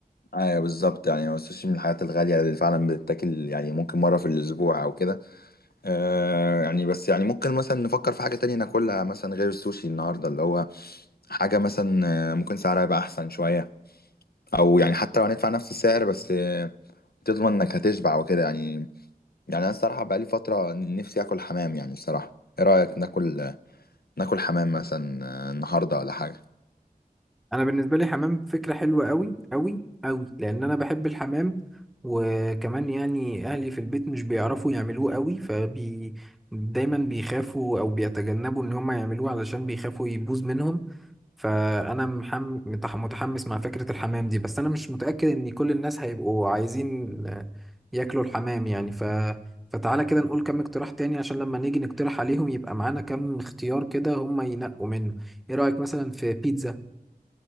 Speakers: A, on the left; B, in the centre.
A: ايوه بالظبط يعني هو السوشي من الحاجات الغالية اللي فعلا بتتاكل يعني ممكن مرة في الأسبوع أو كده آه يعني بس يعني ممكن مثلا نفكر في حاجة تانية ناكلها مثلا غير السوشي النهاردة اللي هو حاجة مثلا آه، ممكن سعرها يبقى أحسن شوية أو يعني حتى لو هندفع نفس السعر بس آه، تضمن إنك هتشبع وكده يعني يعني أنا الصراحة بقالي فترة نفسي آكل حمام يعني الصراحة إيه رأيك ناكل آه، ناكل حمام مثلا آه، النهاردة ولا حاجة؟
B: انا بالنسبه لي حمام فكره حلوه قوي قوي قوي لان انا بحب الحمام وكمان يعني اهلي في البيت مش بيعرفوا يعملوه قوي فبي دايما بيخافوا او بيتجنبوا ان هم يعملوه علشان بيخافوا يبوظ منهم فانا محم... متح- متحمس مع فكره الحمام دي بس انا مش متاكد ان كل الناس هيبقوا عايزين آه، ياكلوا الحمام يعني ف فتعالى كده نقول كم اقتراح تاني عشان لما نيجي نقترح عليهم يبقى معانا كم اختيار كده هم ينقوا منه ايه رايك مثلا في بيتزا